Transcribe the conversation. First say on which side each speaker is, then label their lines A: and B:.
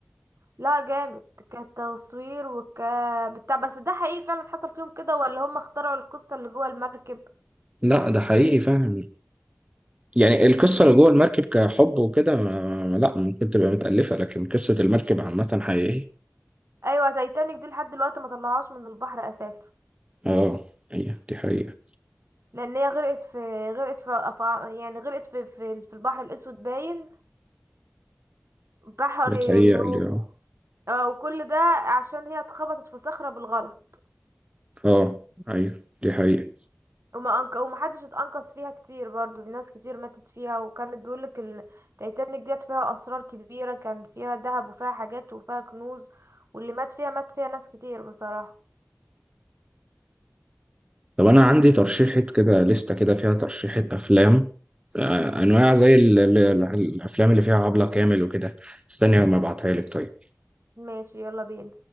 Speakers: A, on the right; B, on the right.
A: لا جامد كتصوير وك بتاع بس ده حقيقي فعلا حصل فيهم كده ولا هم اخترعوا القصة اللي جوه المركب
B: لا ده حقيقي فعلا يعني القصة اللي جوه المركب كحب وكده ما- لا ممكن تبقى متألفة لكن قصة المركب عامة حقيقية
A: ايوه تايتانيك دي لحد دلوقتي ما طلعهاش من البحر اساسا
B: اه هي دي حقيقة
A: لان هي غرقت في غرقت في أفع- يعني غرقت في في, في البحر الاسود باين بحر
B: بتهيألي
A: اللي هو
B: اه
A: اه وكل ده عشان هي اتخبطت في صخرة بالغلط
B: اه ايوه دي حقيقة
A: وما أنق... ومحدش اتأنقذ فيها كتير برضو في ناس كتير ماتت فيها وكانت بيقولك التايتانيك ديت فيها أسرار كبيرة كان فيها ذهب وفيها حاجات وفيها كنوز واللي مات فيها مات فيها ناس كتير بصراحة
B: طب أنا عندي ترشيحة كده لستة كده فيها ترشيحة أفلام آه، أنواع زي ال- ال- ال- الأفلام اللي فيها عبلة كامل وكده استني لما أبعتها لك طيب
A: ماشي يلا بينا